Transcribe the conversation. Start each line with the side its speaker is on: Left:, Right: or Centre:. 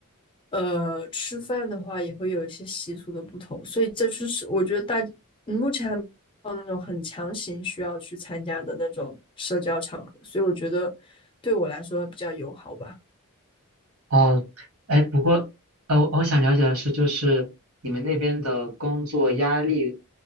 Left: 呃，吃饭的话也会有一些习俗的不同，所以这就是我觉得大嗯目前还没有那种很强行需要去参加的那种社交场合，所以我觉得对我来说比较友好吧。
Right: 哦，哎，不过，呃，我想了解的是，就是你们那边的工作压力